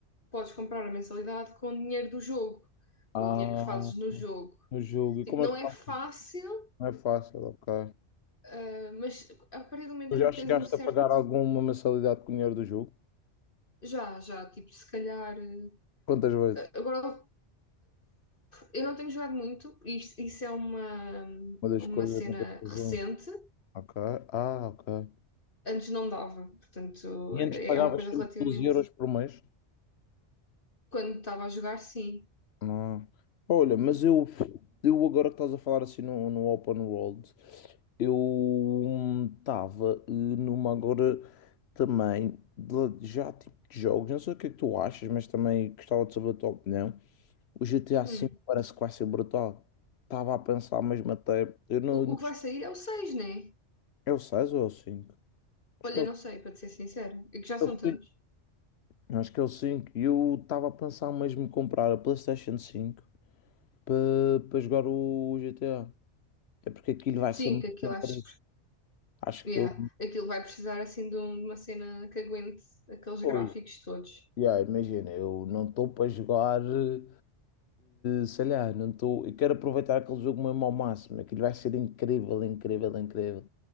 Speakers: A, on the left; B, on the left.
A: podes comprar a mensalidade com o dinheiro do jogo, com
B: Ah.
A: o dinheiro que fazes no jogo.
B: no jogo. E
A: Tipo,
B: como
A: não
B: é que
A: é
B: faz?
A: fácil,
B: Não é fácil, ok.
A: ah, mas a partir do momento
B: Tu
A: em
B: já
A: que
B: chegaste
A: tens um certo.
B: a pagar alguma mensalidade com o dinheiro do jogo?
A: Já, já, tipo, se calhar. eh,
B: Quantas vezes?
A: Agora Eu não tenho jogado muito, isso, isso é uma,
B: Uma das
A: uma
B: coisas,
A: cena
B: uma das razões.
A: recente.
B: Ok. Ah, ok.
A: Antes não dava, portanto,
B: E
A: é
B: antes pagavas
A: uma coisa
B: sempre
A: relativamente.
B: 12 euros por mês?
A: Quando estava a jogar, sim.
B: Não. Olha, mas eu, eu agora que estás a falar assim no, no Open World, eu estava numa agora também de- já tipo de jogos. Não sei o que é que tu achas, mas também gostava de saber a tua opinião. O GTA V
A: Hum.
B: parece que vai ser brutal. Estava a pensar mesmo até. Eu não,
A: O,
B: não-
A: o que vai sair é o seis né?
B: é o 6 ou é o cinco Acho
A: Olha,
B: que é
A: não
B: o
A: sei, para te ser sincera, é que já são
B: é o
A: tantos.
B: 5. Acho que é o cinco E eu estava a pensar mesmo em comprar a PlayStation cinco para jogar o GTA. É porque aquilo vai
A: Sim,
B: ser muito
A: que aquilo
B: incrível.
A: acho.
B: Acho
A: Yeah,
B: que eu.
A: aquilo vai precisar assim de um- de uma cena que aguente aqueles
B: Pois,
A: gráficos todos.
B: yeah, imagina, eu não estou para jogar, eh, sei lá, não estou. Eu quero aproveitar aquele jogo mesmo ao máximo. Aquilo vai ser incrível, incrível, incrível.